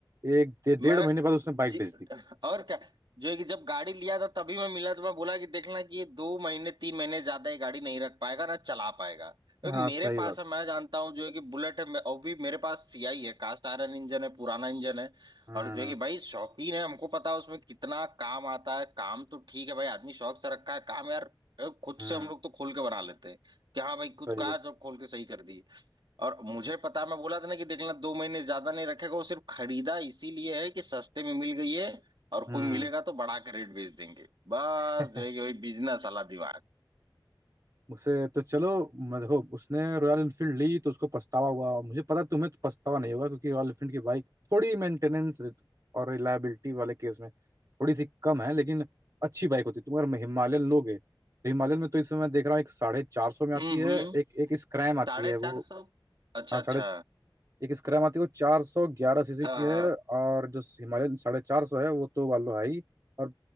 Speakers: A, on the right; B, on the right.
A: एक डे-
B: मैं
A: डेढ़ महीने बाद उसने बाइक
B: जी
A: बेच दी
B: और क्या जो है कि जब गाड़ी लिया था तभी मैं मिला तो मैं बोला कि देखना कि ये दो महीने तीन महीने ज्यादा ये गाड़ी नहीं रख पाएगा ना चला पाएगा तो
A: हाँ
B: मेरे
A: सही
B: पास
A: बात
B: है मैं जानता हूँ जो है कि बुलेट है मैं- और भी मेरे पास सीआई है कास्ट आयरन इंजन है पुराना इंजन है
A: हम्म
B: और जो है कि भाई शौकीन है हमको पता है उसमें कितना काम आता है काम तो ठीक है भाई आदमी शौक से रखा है काम यार खुद
A: हम्म
B: से हम लोग तो खोल के बना लेते हैं कि हाँ भाई खुद
A: सही
B: का
A: बात
B: है, जब खोल के सही कर दिए और मुझे पता मैं बोला था ना कि देख लेना दो महीने ज्यादा नहीं रखेगा वो सिर्फ खरीदा इसीलिए है कि सस्ते में मिल गई है और
A: हम्म
B: कोई मिलेगा तो बढ़ा के रेट बेच देंगे बस
A: <laughs>
B: जो है कि वही बिजनेस वाला दिमाग
A: उसे तो चलो मैं देखो उसने रॉयल इनफील्ड ली तो उसको पछतावा हुआ मुझे पता तुम्हें तो पछतावा नहीं होगा क्योंकि रॉयल इनफील्ड की बाइक थोड़ी मेंटेनेंस और रिलायबिलिटी वाले केस में थोड़ी सी कम है लेकिन अच्छी बाइक होती है तुम अगर हिमालयन लोगे तो हिमालयन में तो इस समय मैं देख रहा हूँ एक साढ़े चार सौ में आती
B: हम्म
A: है
B: हम्म
A: एक एक स्क्रैम आती
B: साढ़े
A: है वो
B: चार सौ अच्छा
A: हाँ
B: अच्छा
A: साढ़े एक स्क्रैम आती है वो चार सौ ग्यारह सीसी
B: हाँ
A: की है
B: हाँ
A: और जो हिमालयन साढ़े चार सौ है वो तो वालो है ही और